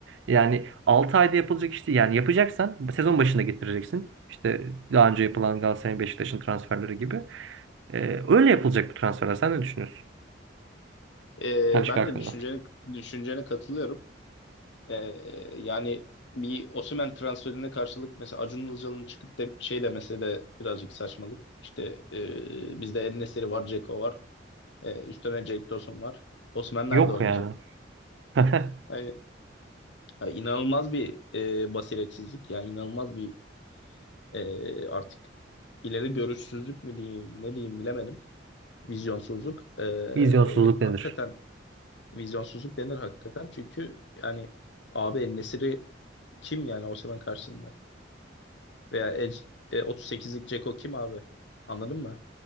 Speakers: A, on the right (about 80°); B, on the left (about 70°).
A: Yani 6 ayda yapılacak işte yani yapacaksan sezon başında getireceksin. İşte daha önce yapılan Galatasaray'ın Beşiktaş'ın transferleri gibi. E, öyle yapılacak bu transferler. Sen ne düşünüyorsun
B: E,
A: Talisca
B: ben
A: hakkında?
B: de düşüncene, düşüncene katılıyorum. Ee, yani bir Osimhen transferine karşılık mesela Acun Ilıcalı'nın çıkıp da şey demesi de birazcık saçmalık. İşte e, bizde El-Nesiri var, Dzeko var. E, üstüne Cenk Tosun var. Osimhen nerede
A: Yok
B: oynayacak?
A: yani. <laughs>
B: Yani, yani inanılmaz bir e, basiretsizlik. Yani inanılmaz bir e, artık ileri görüşsüzlük mü diyeyim, ne diyeyim bilemedim. Vizyonsuzluk. E,
A: Vizyonsuzluk
B: hakikaten
A: nedir?
B: vizyonsuzluk denir hakikaten. Çünkü yani abi El-Nesiri kim yani Osimhen karşısında? Veya Edge- e, 38'lik Ceko kim abi? Anladın mı?